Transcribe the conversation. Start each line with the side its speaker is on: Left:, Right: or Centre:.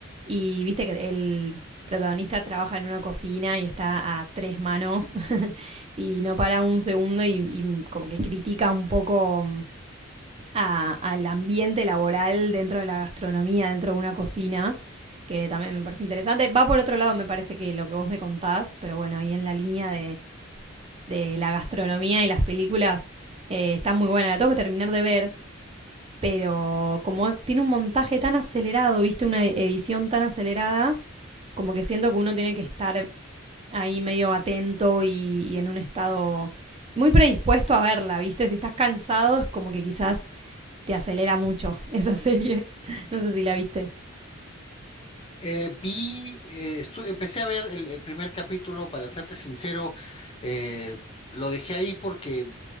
Right: y viste que el protagonista trabaja en una cocina y está a tres manos <laughs> y no para un segundo y, y como que critica un poco mm, a- al ambiente laboral dentro de la gastronomía, dentro de una cocina, que también me parece interesante. Va por otro lado, me parece que lo que vos me contás, pero bueno, ahí en la línea de, de la gastronomía y las películas eh, está muy buena. La tengo que terminar de ver pero como tiene un montaje tan acelerado, viste, una e-, edición tan acelerada, como que siento que uno tiene que estar ahí medio atento y, y en un estado muy predispuesto a verla, viste. Si estás cansado, es como que quizás te acelera mucho <laughs> esa serie. No sé si la viste.
Left: Eh, vi, eh, estu- empecé a ver el, el primer capítulo, para serte sincero, eh, lo dejé ahí porque,